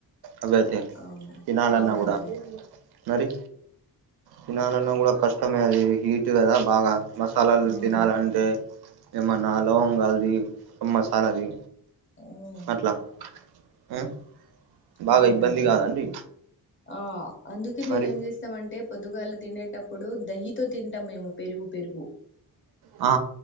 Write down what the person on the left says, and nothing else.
అ
అవునండి
ఉమ్
ఉమ్
అవునండి
ఆ అందుకే మేము
ఏం చేస్తమంటే పొదుగాల్లే తినేటప్పుడు దహితో తింటాం మేము పెరుగు పెరుగు